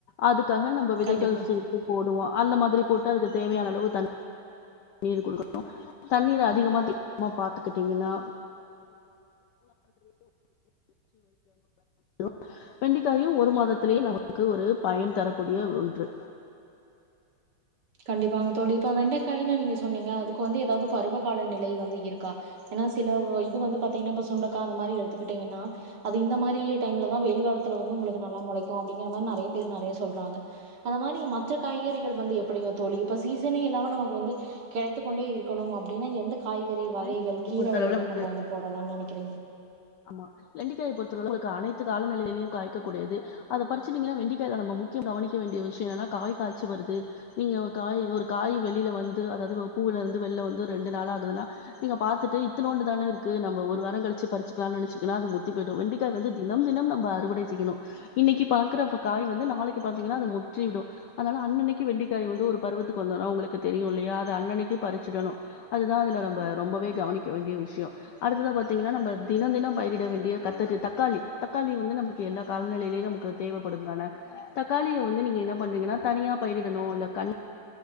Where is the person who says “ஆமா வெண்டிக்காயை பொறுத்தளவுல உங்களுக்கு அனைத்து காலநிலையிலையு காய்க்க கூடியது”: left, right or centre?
Left